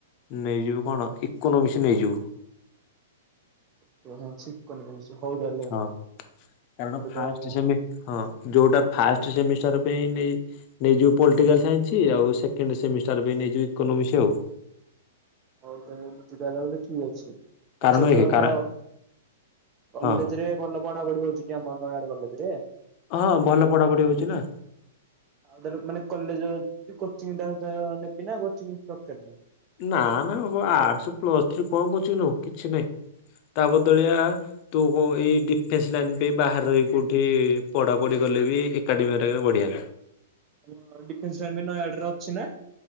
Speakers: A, on the left; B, on the right.
A: ନେଇଯିବୁ କଣ ଇକୋନୋମିକ୍ସ ନେଇଯିବୁ।
B: <unintelligible> ଇକୋନୋମିସ୍ ହଉ ତାହେଲେ
A: ହଁ କାରଣ
B: ଆମର
A: ଫାଷ୍ଟ
B: ତ ଅଁ,
A: ସେମି ହଁ ଯୋଉଟା ଫାଷ୍ଟ ସେମିଷ୍ଟାର ପାଇଁ ନେଇ ନେଇଯିବୁ ପଲିଟିକାଲ ସାଇନ୍ସ ଆଉ ସେକଣ୍ଡ ସେମିଷ୍ଟାର ବି ନେଇଯିବୁ ଇକୋନୋମିସ୍ ଆଉ।
B: ହଉ ତାହେଲେ ଏମତି ତାହେଲେ ହେଲେ ଠିକ୍ ଅଛି।
A: କାରଣ
B: ଆଚ୍ଛା
A: ଦେଖେ
B: ଯୋଉ ଆମର
A: କାର
B: କଲେଜରେ
A: ହଁ
B: ଭଲ ପଢ଼ାପଢ଼ି ହେଉଛି ଟିଆମ ନୟାଗଡ଼ କଲେଜରେ?
A: ହଁ ଭଲ ପଢ଼ାପଢ଼ି ହଉଛି ନା।
B: ଆଉ ତାହାଲେ ମାନେ କଲେଜ କୋଚିଂ ତା ସହ ନେବି ନା କୋଚିଂ ଦରକାର ନାହିଁ?
A: ନା ନାବ ଆର୍ଟସ୍ ପ୍ଲସ ଥ୍ରୀ କଣ କୋଚିଂ ନବ କିଛି ନାଇଁ ତା ବଦଳିଆ ତୁ କୋଉ ଏଇ ଡିଫେନ୍ସ ଲାଇନ ପାଇଁ ବାହାରେ ରହିକି କୋଉଠି ପଢ଼ାପଢ଼ି କଲେ ବି ଏକାଡେମୀରେ ହେରିକା ରେ ବଢ଼ିଆ।
B: ଆମ ଡିଫେନ୍ସ ଲାଇନ ପାଇଁ ନୟାଗଡ଼ରେ ଅଛି ନା?